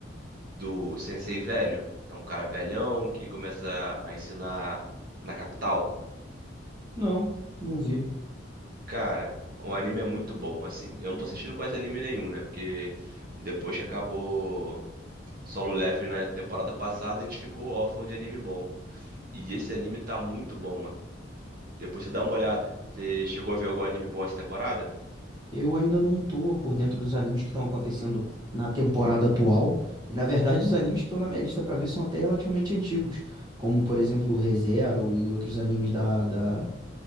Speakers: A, on the right; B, on the right.
A: do Sensei Velho? Que é um cara velhão que começa a ensinar na capital.
B: Não, não vi.
A: Cara, o anime é muito bom. Assim, eu não tô assistindo quase anime nenhum, né? Porque depois que acabou. Solo Leveling na temporada passada, a gente ficou órfão de anime bom. E esse anime tá muito bom, mano. Depois você dá uma olhada. Você chegou a ver algum anime bom essa temporada?
B: Eu ainda não tô por dentro dos animes que estão acontecendo na temporada atual. E na verdade, os animes que estão na minha lista pra ver são até relativamente antigos, como por exemplo o ReZero e outros animes da, da,